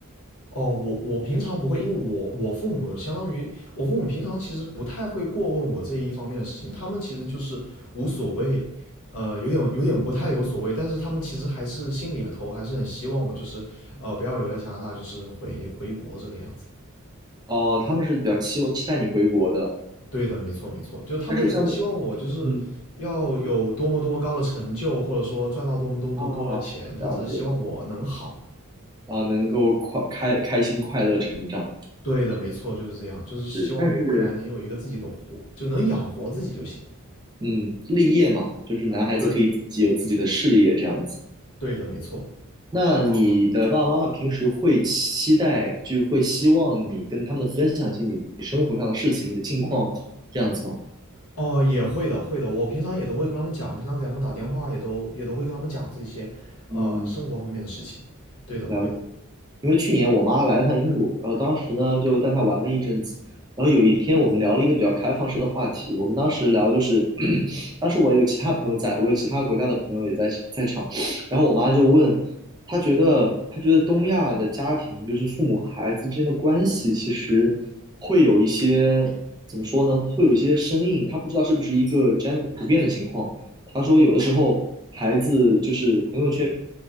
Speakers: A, on the left; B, on the right.
A: 哦，我我平常不会，因为我我父母相当于我父母平常其实不太会过问我这一方面的事情，他们其实就是无所谓，呃，有点有点不太有所谓，但是他们其实还是心里头还是很希望我就是呃不要留在加拿大，就是回回国这个样子的
B: 哦，他们是比较期期待你回国的，
A: 对的，没错没错，就他们也不期望我就是要有多么多么高的成就，
B: 但是像嗯。
A: 或者说赚到多么多么多多的钱，
B: 啊，
A: 他只是希望我能好。
B: 了解啊，能够快开开心快乐成长
A: 对的，没错，就是这样，就是希望我未来能有一个自己的活，
B: 是，但是
A: 就能养活自己就行。
B: 嗯，立业嘛，就是男孩子可以自己有自己的事业这样子。
A: 对，对的，没错。
B: 那你的爸爸妈妈平时会期待，就是会希望你跟他们分享一些你生活上的事情、你的近况这样子吗？
A: 哦、也会的，会的。我平常也都会跟他们讲，平常给他们打电话也都也都会跟他们讲这些，呃，
B: 嗯，
A: 生活方面的事情。对的，会的，
B: 了。因为去年我妈来了趟英国，然后当时呢就带她玩了一阵子，然后有一天我们聊了一个比较开放式的话题，我们当时聊就是，<clears throat> 当时我有其他朋友在，我有其他国家的朋友也在在场，然后我妈就问，她觉得她觉得东亚的家庭就是父母和孩子之间的关系其实会有一些怎么说呢，会有一些生硬，她不知道是不是一个 g e 普遍的情况，她说有的时候孩子就是朋友圈